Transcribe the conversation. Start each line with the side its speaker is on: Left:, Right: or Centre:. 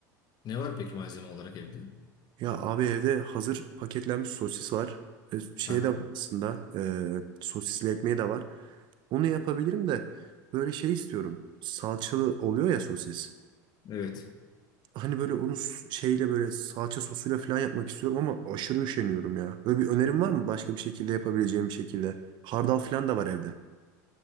Left: Ne var peki malzeme olarak evde?
Right: Ya abi evde hazır paketlenmiş sosis var. E, Şey
Left: Aha,
Right: de var aslında. E, sosisli ekmeği de var. Onu yapabilirim de böyle şey istiyorum. Salçalı oluyor ya sosis.
Left: evet.
Right: hani böyle onu s- şeyle böyle salça sosuyla falan yapmak istiyorum ama aşırı üşeniyorum ya. Böyle bir önerim var mı başka bir şekilde yapabileceğim bir şekilde? Hardal falan da var evde.